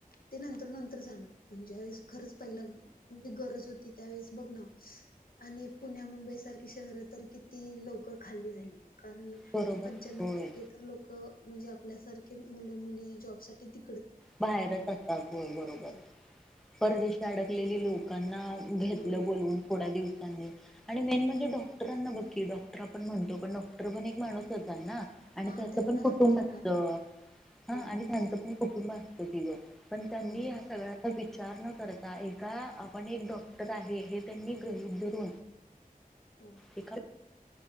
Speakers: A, on the left (about 75°); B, in the centre.
A: ते नंतर नंतर झालं, पण ज्यावेळेस खरच पहिला <unintelligible> गरज होती त्यावेळेस बघ ना आणि पुण्या, मुंबई सारख शहर तर किती लवकर खाली झाली. कारण
B: बरोबर
A: पंच्यानऊ
B: होय
A: टक्के तर लोक म्हणजे आपल्यासारखे मुलं मुली जॉबसाठी ति
B: बाहेरच असतात. हो बरोबर
A: आहेत
B: परदेशी अडकलेली लोकांना -- घेतलं
A: हो
B: बोलून थोड्या दिवस -- आणि मेन म्हणजे डॉक्टरांना बकी डॉक्टर आपण म्हणतो पण डॉक्टर पण एक माणूस -- ना आणि
A: हा
B: त्याचं
A: त्यांना
B: पण कुटुंब
A: सुट्टी मिळाली
B: असत.
A: नाही.
B: हा
A: होय
B: आणि त्यांचं पण कुटुंब असत. होय किंग, पण त्यांनी
A: होय
B: ह्या
A: होय
B: सगळ्याचा विचार विचार न करता एका आपण एक डॉक्टर आहे हे त्यांनी ग्रहित धरून
A: हो
B: एखा